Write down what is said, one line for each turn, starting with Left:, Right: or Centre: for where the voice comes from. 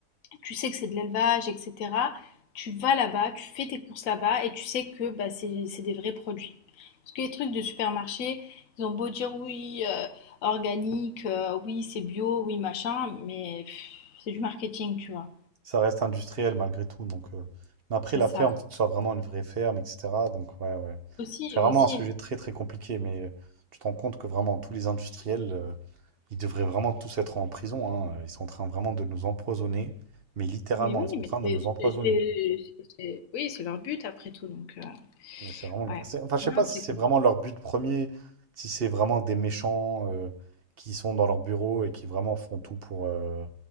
Left: tu sais que c'est de l'élevage, etc. Tu vas là-bas, tu fais tes courses là-bas et tu sais que bah, c'est, c'est des vrais produits. Parce que les trucs de supermarché, ils ont beau dire oui, euh, organique, euh, oui, c'est bio, oui, machin, mais pff, c'est du marketing, tu vois.
Right: ça reste industriel malgré tout. Donc, euh, Mais après,
Left: C'est
Right: la
Left: ça.
Right: ferme, il faut que ce soit vraiment une vraie ferme, etc. Donc, ouais, ouais.
Left: Aussi,
Right: C'est vraiment
Left: aussi.
Right: un sujet très, très compliqué, mais euh, tu te rends compte que vraiment, tous les industriels, euh, ils devraient vraiment tous être en prison, hein. Ils sont en train vraiment de nous empoisonner, mais littéralement,
Left: Mais oui,
Right: ils sont
Left: mais
Right: en train de
Left: c'est
Right: nous empoisonner.
Left: c'est c'est c'est c'est oui, c'est leur but après tout donc heu,
Right: Mais C'est vraiment le
Left: ouais.
Right: cas. C'est- Enfin, je
Left: Non,
Right: sais pas si
Left: c'est
Right: c'est
Left: compliqué.
Right: vraiment leur but premier, si c'est vraiment des méchants euh, qui sont dans leur bureau et qui vraiment font tout pour, euh,